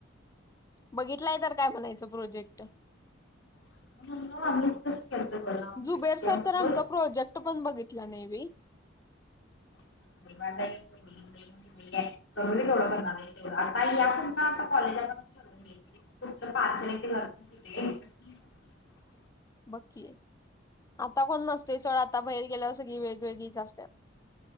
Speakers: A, on the left; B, on the left.
A: बघितलंय तर काय म्हणायचं प्रोजेक्ट-
B: <unintelligible> म्हणजे
A: जुबेर
B: चुक्या
A: सर
B: म्हणलो
A: तर, आमचा प्रोजेक्ट पण बघितला नाही बाई -
B: <inaudible>
A: बघ की, आता कोण नसतय <unintelligible> आता बाहेर गेल्यावर सगळी वेगवेगळीच असत्यात.